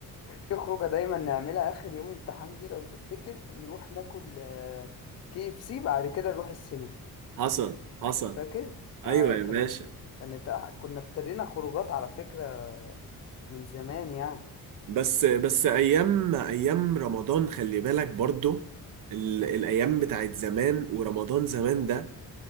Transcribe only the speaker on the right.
حصل حصل
ايوه
يا
باشا
بس بس ايام ايام رمضان خلي بالك برضو ال... الايام بتاعت زمان ورمضان زمان ده